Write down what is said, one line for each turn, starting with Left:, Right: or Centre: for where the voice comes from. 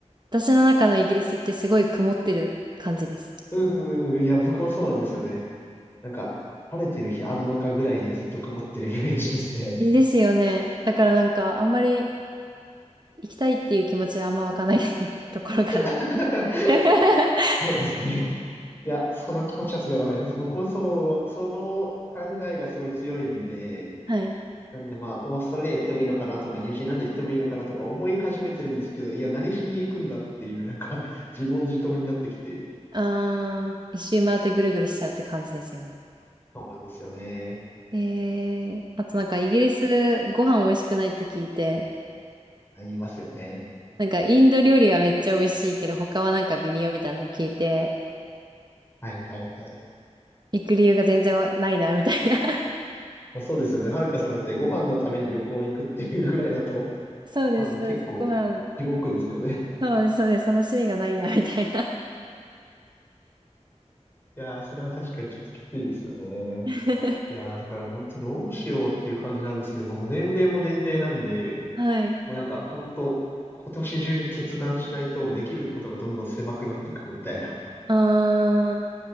Right: 私の中のイギリスってすごい曇ってる感じです。
Left: うんうんうん、いや、僕もそうなんですよね。なんか、晴れてる日あんのかぐらいにずっと曇ってるイメージですね。
Right: いいですよね。だからなんか、あんまり、行きたいっていう気持ちはあんまわかんない <laughs> ところから。
Left: <laughs>
Right: <laughs>
Left: そうですね。いや、その気持ちはすごいわかります。僕もそう、その考えがすごい強いんで、
Right: はい。
Left: なんでまあ、オーストラリア行ってもいいのかなとか、ニュージーランド行ってもいいのかなとか思い始めてるんですけど、いや、何しに行くんだっていう、なんか自問自答になってきて、
Right: あー、一周回ってぐるぐるしちゃうって感じですよね。
Left: そうなんですよね。
Right: えー、あとなんかイギリスご飯美味しくないって聞いて、
Left: あ、言いますよね。
Right: なんかインド料理はめっちゃ美味しいけど他はなんか微妙みたいなの聞いて、
Left: はいはいはい。
Right: 行く理由が全然わないなみたいな。<laughs>
Left: まあ、そうですよね。はるかさんだってご飯のために旅行行くっていうぐらいだと、
Right: そうです、
Left: 多分結構地獄ですよね。
Right: そうです。ご飯、そうです、そうです。楽しみがないやみたいな。
Left: いやー、それは確かにちょっときついですよね。
Right: <laughs>
Left: いやー、だから本当どうしようっていう感じなんですけども、もう年齢も年齢なんで、
Right: はい。
Left: もうなんか本当今年中に決断しないとできることがどんどん狭くなっていくみたいな
Right: あー、